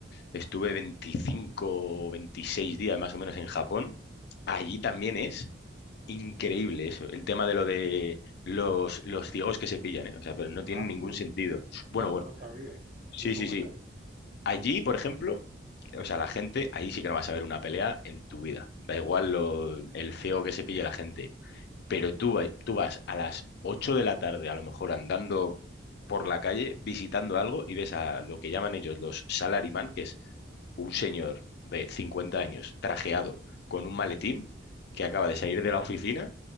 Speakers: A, on the left; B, on the right.
A: estuve 25 o 26 días más o menos en Japón, allí también es Increíble eso, el tema de lo de los, los ciegos que se pillan, ¿eh? O sea, pero no tiene
B: Ah,
A: ningún
B: sí.
A: sentido. Bueno,
B: Wow,
A: bueno,
B: no lo sabía.
A: sí,
B: ¿Y cómo
A: sí, sí.
B: es eso?
A: Allí, por ejemplo, o sea, la gente, ahí sí que no vas a ver una pelea en tu vida. Da igual lo, el ciego que se pille la gente. Pero tú, va- tú vas a las 8 de la tarde, a lo mejor andando por la calle, visitando algo y ves a lo que llaman ellos los salaryman, que es un señor de 50 años trajeado con un maletín que acaba de salir de la oficina